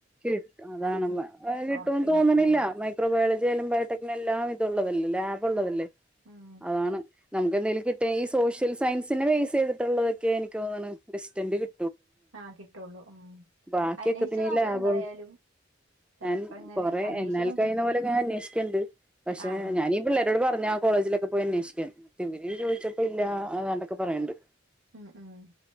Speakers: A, in the centre; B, on the right (about 80°).
A: ി അതാണ്ള്ള കിട്ടുംന്ന്
B: ഉറപ്പില്ല
A: തോന്നണില്ല
B: ഉം
A: മൈക്രോബയോളജി എാലും ബയോടെനിനും എല്ലാം ഇതുള്ളതല്ല ലാബ് ഉള്ളതല്ലേ
B: ഉം
A: അതാണ് നമുക്ക് എന്തേലും കിട്ടിയഈ സോഷ്യൽ സായിൻസിന് ബേസ് ചെയ്തിട്ടുള്ളതൊക്കെഎനിക്ക് എനിക്ക്തോന്നാണ് ബെസ്റ്റ്റ്റൻഡ് കി
B: ആഹ കിട്ടുള്ളൂ ഉം
A: ബാക്കിയൊക്കെത്തിന്
B: അന്വേഷിച്ചച്ച്
A: ഈ
B: നോക്കാം
A: ലാഭം
B: എന്തായാലും ചെലപ്പോ
A: ഞാൻ
B: ഇങ്ങനെ
A: കൊറെ
B: അന്വേഷിച്ച്
A: എന്നാൽ
B: നോക്കിക്കോ
A: കഴിയുന്ന പോലെ ഞാൻ അന്വേഷിക്കണണ്ട് പക്ഷെ
B: ആണോ
A: ഞാാനീഈ പിള്ളേരോട് പറഞ്ഞആ കോളേജിൽഒ പോയി അന്വേഷിക്കാൻ ഇവര ചോദിച്ചപ്പോ ഇല്ല അതാണ്ടൊക്കെ പറയണണ്ട്
B: ഉം ഉം